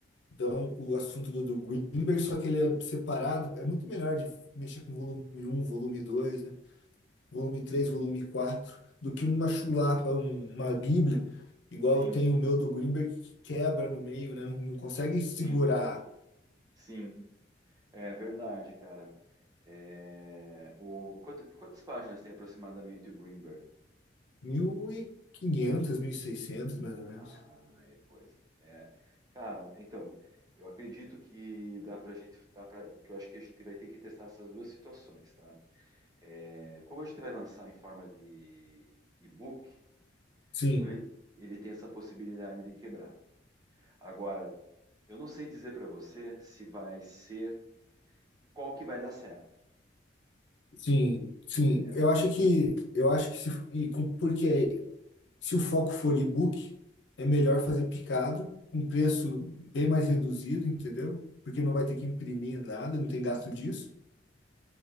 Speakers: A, on the left (about 80°); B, on the right (about 20°).
A: dão o assunto do, do Greenberg, só que ele é separado, é muito melhor de mexer com volume um volume dois né? Volume três volume 4 do que uma chulapa, um- uma bíblia, igual
B: sim,
A: eu tenho o meu do Greenberg, que quebra no meio, né? Não, não consegue segurar
B: sim, sim. É verdade, cara. É, o, quanto- quantas páginas tem aproximadamente o Greenberg?
A: mil mil e quinhentas, mil e 1.600, mais ou menos.
B: Ah, é coisa. É, cara, então, eu acredito que dá pra gente, dá pra, que eu acho que a gente vai ter que testar essas duas situações, tá? É, como a gente vai lançar em forma de e-book,
A: Sim.
B: Então ele, ele tem essa possibilidade de quebrar. Agora, eu não sei dizer para você se vai ser qual que vai dar certo,
A: Sim, sim.
B: entendeu?
A: Eu acho que eu acho que se, e com- porque se o foco for e-book, é melhor fazer picado com preço bem mais reduzido, entendeu? Porque não vai ter que imprimir nada, não tem gasto disso.